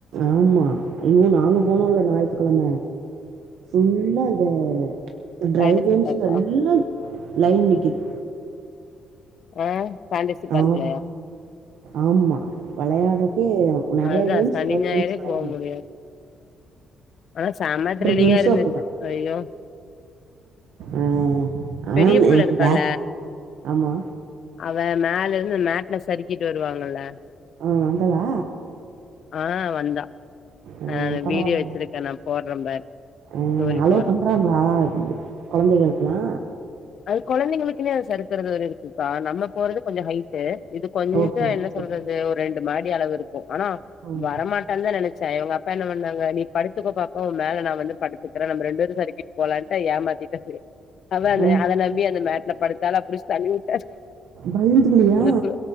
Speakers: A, on the right; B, on the left.
A: ஆமா ஐயோ நாங்க போனோம்ல ஞாயித்துக்கிழமை ஃபுல்லா அந்த
B: ஃபேண்டசி
A: ட்ரைவிங்ஸ்
B: பார்க்கா
A: எல்லா லைன் நிக்கிது
B: ஆ ஃபேண்டசி பார்க்லயா
A: ஆம் ஆமா வெளையாட்றது நெறைய
B: அதா
A: கேம்ஸ்
B: சனி
A: டரை
B: ஞாயிறே
A: கேம்ஸ் வெளையாண்டா
B: போ முடியாது ஆனா சாம த்ரிலிங்கா
A: கேம்ஸு
B: இருந்துச்சு
A: அப்டிதா
B: ஐயோ
A: ஆ ஆனா
B: பெரிய புள்ள
A: எனக்கு
B: இருக்கால
A: பிளாக் ஆமா
B: அவே மேல இருந்து மேட்ல சறுக்கிட்டு வருவாங்கல்ல
A: ஆ வந்தால்லா
B: ஆ வந்தா
A: அஹ்
B: நா
A: பரவால்
B: வீடியோ வச்சிருக்கே நா போட்றே பாரு
A: அஹ்
B: ஸ்டோரி
A: அளோ
B: போட்றே
A: பண்றாங்களா கொழந்தைகளுக்குலா
B: அது கொழந்தைங்களுக்குன்னே அது சறுக்குறது ஒரு இருக் குப்பா நம்ம போறது கொஞ்சொ ஹைட் ட் இது கொஞ்ச
A: ஓகே ஓகே
B: என்ன சொல்றது ஒரு ரெண் டு மாடி அளவுருக் கு ஆனா
A: ம்
B: வரமாட்டான்தா நெனச் ச இவங்க அப்பா என்ன பண்ணாங்க நீ படுத்துக்கோ பாப்பா ஒ மேல நா வந்து படுத்துக்கறே நம்ம ரெண்டு பேரு சறுக்கிட் போலான்ட்டு ஏமாத்திட்டு சரி
A: ம்
B: அதானே கே அந்த மேட்ல படுத்தால புடுச் தள்ளிவுட் டாரு
A: பயந்துக்குலியா
B: அந்தப்றோ